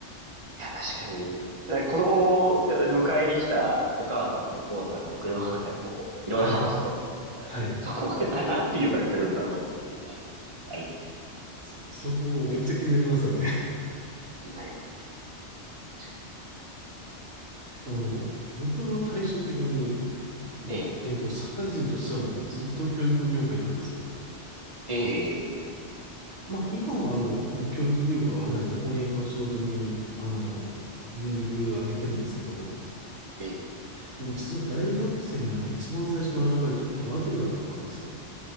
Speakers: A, on the right (about 25°); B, on the right (about 85°).
A: いや、確かに。だから子供を迎えに来たお母さんとかお父さんにこう車の中でこう、いろいろ話すと思うので、
B: はい。はい。
A: そこでな、なんて言われてるんだろうっていうのはあります。
B: そ、そこめっちゃ気になりますよね。
A: 気になります。確か
B: <laughs> あの、僕は対照的に、んえっと、
A: に。え
B: 社会人としてはもうずっと教育業界なんですよ。
A: え、ええ、
B: まあ、今は、あの、もう教育業界を離れて翻訳の仕事に、あの、全力を挙げてるんですけど、
A: ええ、
B: 僕実は大学生になって一番最初のアルバイトってバーテンダーだったんですよ。